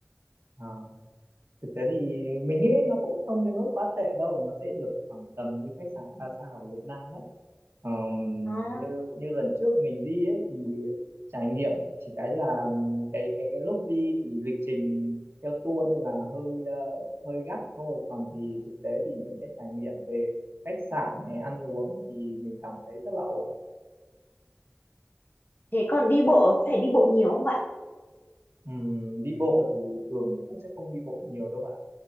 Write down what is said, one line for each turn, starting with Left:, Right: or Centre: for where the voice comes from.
Right: à. thực tế thì mình nghĩ nó cũng không đến nỗi quá tệ đâu nó sẽ được khoảng tầm như khách sạn ba sao ở Việt Nam đấy Ờm,
Left: Đó.
Right: như như lần trước mình đi ấy thì trải nghiệm chỉ cái là cái cái cái lúc đi thì lịch trình theo tour nên là hơi ờ, hơi gấp thôi còn thì thực tế thì những cái trải nghiệm về khách sạn hay ăn uống thì mình cảm thấy rất là ổn
Left: thế còn đi bộ phải đi bộ nhiều không bạn
Right: Ừm, đi bộ thì thường mình cũng sẽ không đi bộ nhiều đâu bạn